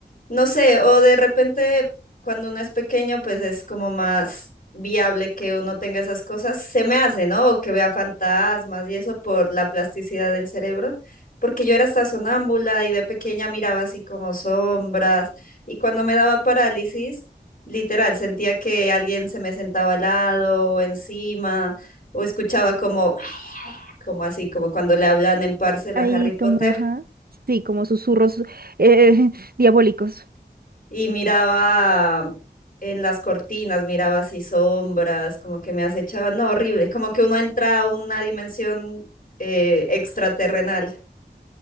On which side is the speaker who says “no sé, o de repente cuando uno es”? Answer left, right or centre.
Left